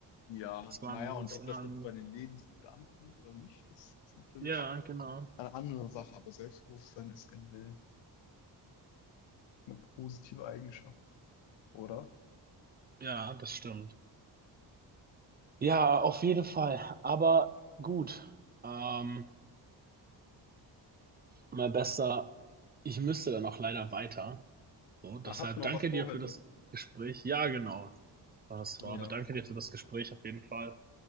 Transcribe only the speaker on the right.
Das war,
ein- das
ist immer
ein,
ja, genau.
Ja, das stimmt. Ja, auf jeden Fall. Aber gut. Ähm, Mein Bester, ich müsste dann auch leider weiter. So, deshalb
danke
dir
für das Gespräch. Ja, genau, war es war.
Aber danke dir für das Gespräch auf jeden Fall.